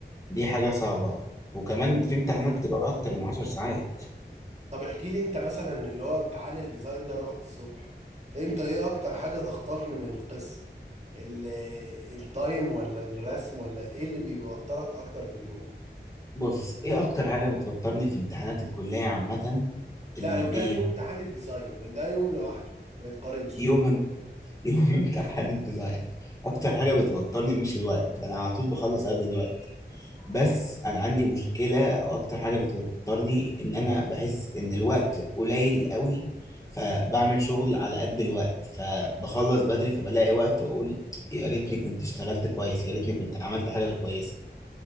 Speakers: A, on the left; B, on the right.
A: حاجة صعبة وكمان في امتحانات بتبقى اكتر من عشر ساعات
B: طب احكي لي انت مثلا اللي هو امتحان الديزاين ده رحت الصبح انت ايه اكتر حاجة ضغطاك من القصة ال- التايم ولا الرسم ولا ايه اللي بيوترك اكتر في اليوم
A: بص ايه اكتر حاجه بتوترني في امتحانات الكليه عامه
B: لا
A: الايه
B: انا بكام يوم امتحان الديزاين ده يوم لوحده ما يتقارنش
A: يوم امت- <laughs> يوم امتحان الديزاين اكتر حاجه بتوترني مش الوقت انا على طول بخلص قبل الوقت بس انا عندي مشكله او اكتر حاجه بتوترني ان انا بحس ان الوقت قليل قوي فبعمل شغل على قد الوقت فبخلص بدري فبلاقي وقت واقول يا ريتني كنت اشتغلت كويس يا ريتني كنت عملت حاجه كويسه